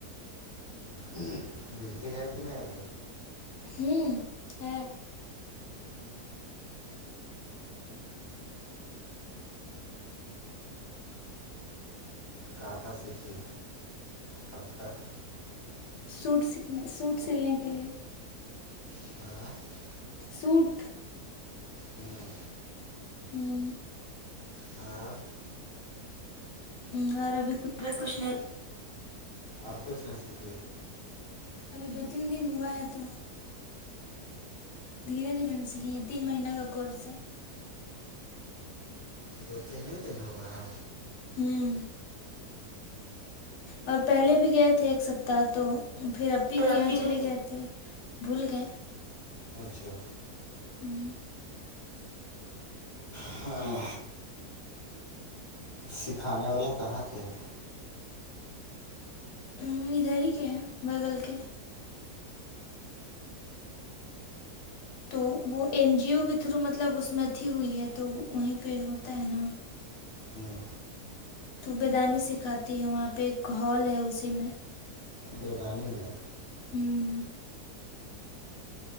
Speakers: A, on the left; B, on the left.
A: ہوں بجلی ہے کہ نہیں اب
B: ہوں ہے
A: کا کر سیکھے تب تک
B: سوٹ سنے سوٹ سلنے کے لیے
A: <unintelligible>
B: سوٹ
A: ہوں
B: ہوں
A: ہاں
B: ہ عرب
A: کچھ نہیں اور کچھ نہیں سیک
B: ابھی دو تین دن ہوا ہے تو دھیرے دھیرے ن سیکھیں گے تین مہینہ کا کورس ہے
A: دو تین ہی دن ہوا ہے
B: ہوں اور پہلے بھی گئے تھے ایک سپتاہ تو پھر اب بھی
A: ترقی
B: یہاں
A: کی
B: چلے گئے تھے بھول گ
A: اچھا
B: ہوں
A: ہاں سکھانے والا کہاں کے ہے
B: ا ادھر ہی کے ہیں بغل کے تو وہ این جیو کے تھرو مطلب اس میں اھی ہوئی ہے تو وہیں پہ ہوتا ہے نا
A: ہوں
B: تو بیدانی سکھاتی ہے وہاں پہ ایک ہال ہے اسی میں
A: بیدانی میں
B: ہوں